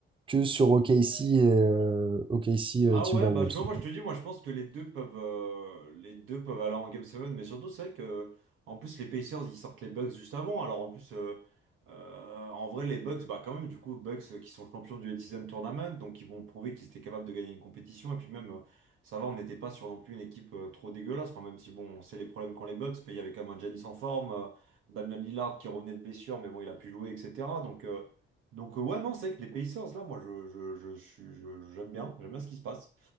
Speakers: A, on the right; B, on the right.
A: que sur OKC et euh, OKC, euh,
B: Ah
A: Timberwolves.
B: ouais, bah tu vois, moi je te dis, moi je pense que les deux peuvent, euh, les deux peuvent aller en Game 7, mais surtout c'est vrai que en plus les Pacers ils sortent les Bucks juste avant, alors en plus euh, euh, en vrai les Bucks, bah quand même du coup Bucks euh, qui sont champions du Elite Tournament, donc ils vont prouver qu'ils étaient capables de gagner une compétition, et puis même euh, ça va, on n'était pas sur non plus une équipe euh, trop dégueulasse, enfin même si bon on sait les problèmes qu'ont les Bucks, mais il y avait quand même un Giannis en forme, euh, Damian Lillard qui revenait de blessure, mais bon il a pu jouer, etc. Donc, euh, donc euh, ouais non c'est vrai que les Pacers là, moi je, je, je, je suis- je- j'aime bien, j'aime bien ce qui se passe.